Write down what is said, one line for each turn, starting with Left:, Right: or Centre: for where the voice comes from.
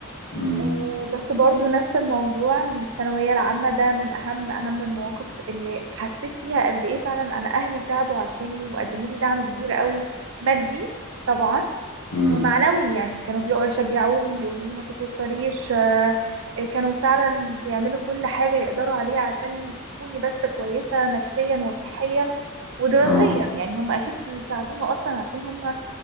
Left: امم
Right: آه، بس برضو نفس الموضوع إن الثانوية العامة ده من أهم أهم المواقف اللي حسيت فيها قد إيه فعلا أنا أهلي تعبوا عشاني وقدموا لي دعم كبير قوي مادي طبعا
Left: امم
Right: ومعنوي يعني كانوا بيقعدوا يشجعوني بيقولوا لي ما تتوتريش آه، آه، كانوا فعلا بيعملوا كل حاجة يقدروا عليها عشان يشوفوني بس كويسة نفسيا وصحيا ودراسيا
Left: اه
Right: يعني هم أكيد بيساعدونا أصلا عشان هم